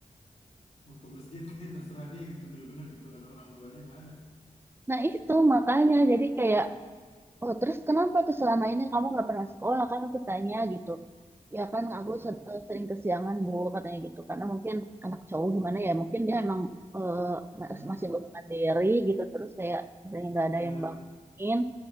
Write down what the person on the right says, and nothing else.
Nah itu makanya jadi kayak, oh terus kenapa tuh selama ini kamu nggak pernah sekolah kan aku tanya gitu. Ya kan aku
se- eh, sering kesiangan Bu katanya gitu karena mungkin anak cowok gimana ya mungkin dia emang eh, mas-
masih belum mandiri gitu terus kayak sering nggak
ada yang bangunin